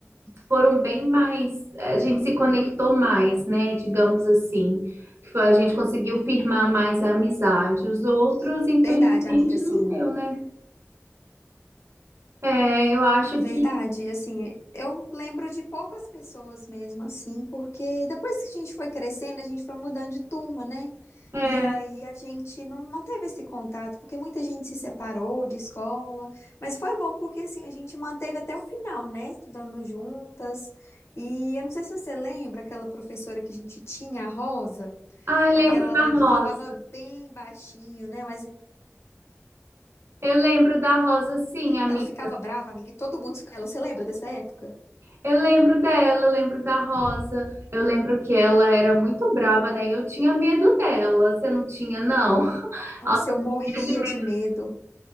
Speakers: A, on the right; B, on the left.
A: foram bem mais, eh, a gente se conectou mais, né, digamos assim. que foi- A gente conseguiu firmar mais a amizade. Os outros, infelizmente,
B: Verdade, amiga, assim.
A: não deu, né? É, eu acho
B: Verdade,
A: que.
B: e assim, eu lembro de poucas pessoas mesmo assim, porque depois que a gente foi crescendo, a gente foi mudando de turma, né?
A: é,
B: E aí a gente não manteve esse contato, porque muita gente se separou de escola, mas foi bom porque assim, a gente manteve até o final, né? Estudando juntas. E eu não sei se você lembra aquela professora que a gente tinha, a Rosa,
A: Ah, eu
B: aquela
A: lembro da
B: lá
A: Rosa.
B: que falava bem baixinho, né? Mas
A: Eu lembro da Rosa, sim, amiga.
B: ela ficava brava, amiga, e todo mundo ficava. Você lembra dessa época?
A: Eu lembro dela, eu lembro da Rosa, eu lembro que ela era muito brava, né? Eu tinha medo dela, você não tinha, não? <laughs>
B: Nossa,
A: Nossa, eu
B: eu morria
A: morria de medo.
B: de medo.